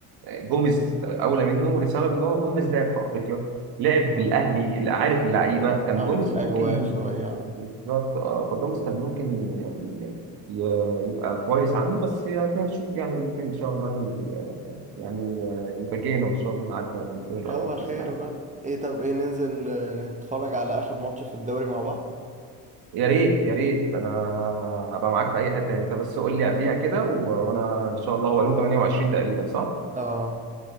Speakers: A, on the right; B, on the right.
A: آه، جوميز آه، اولى منه لسبب ان هو جوميز لعب في افريقيا لعب
B: اه
A: بالاهلي اللي عارف اللعيبه كان
B: عارف
A: جوميز
B: الاجواء
A: ممكن
B: شويه عنه
A: بالظبط اه فجوميز كان ممكن يعني ي- يبقى كويس عنه بس يعني هنشوف يعني ممكن ان شاء الله يعني آه، الفجينا وان شاء الله نعدي على الدور الاول
B: يلا
A: في
B: خير
A: كاس العالم
B: بقى ايه طب ايه ننزل آه، نتفرج على اخر ماتش في الدوري مع بعض
A: يا ريت يا ريت انا هبقى معاك في اي حته يعني انت بس قول لي قبليها كده و... وانا ان شاء الله هو يوم 28 تقريبا صح؟
B: اه